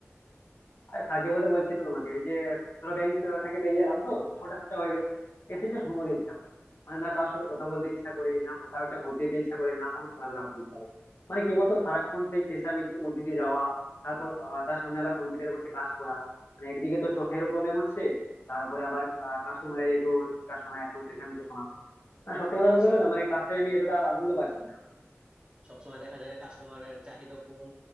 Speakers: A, on the left; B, on the right.
A: আরে থাকে বলতে বলছি তো তোমাকে এই যে ধরো ব্যাংক থেকে বেরিয়ে এলাম তো ছটা সাতটা হয়ে গেল এসে জাস্ট ঘুমোতে ইচ্ছা করে মানে না কারোর সাথে কথা বলতে ইচ্ছা করে না কোথাও একটা ঘুরতে যেতে ইচ্ছা করে না কোনো খেলাধুলা করতে ইচ্ছা করে মানে কি বলতো সারাক্ষণ সেই চেঁচামেচির মধ্যে দিয়ে যাওয়া তারপর আহ, তার সামনে আবার কম্পিউটারে বসে কাজ করা মানে একদিকে তো চোখেরও প্রবলেম হচ্ছে তার উপরে আবার কাস্টমারের এত চিৎকার শোনা এত চেঁচামেচি শোনা না সত্যি কথা
B: আহ,
A: বলতে
B: স-
A: গেলে না মানে কাজটাই আমি এতটা আনন্দ পাচ্ছি না
B: সবসময় দেখা যায় যে কাস্টমারের চাহিদা পূরণ